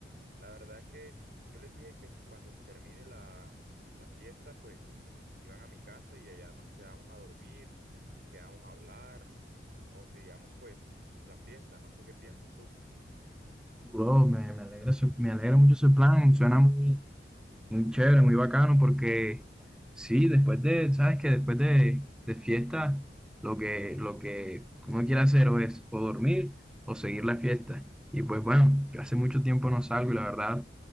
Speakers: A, on the right; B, in the centre.
A: La verdad es que yo les dije que si cuando se termine la, la fiesta, pues iban a mi casa y allá nos quedamos a dormir, quedamos a hablar o seguíamos pues la fiesta, no sé qué piensas tú.
B: Bro, me, me alegra, su- me alegra mucho ese plan, suena muy, Muy chévere, muy bacano, porque sí, después de, sabes que después de, de fiesta, lo que, lo que uno quiere hacer o es o dormir o seguir la fiesta. Y pues bueno, yo hace mucho tiempo no salgo y la verdad